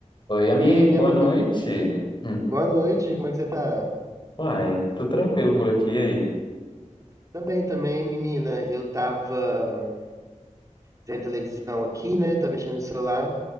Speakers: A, on the left; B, on the right.
A: Oi, amigo,
B: E aí,
A: boa
B: amigo?
A: noite. Hum.
B: Boa noite, como é que você tá?
A: Uai, tudo tranquilo por aqui e aí?
B: Também, também, menina. Eu tava vendo televisão aqui, né? Tava mexendo no celular.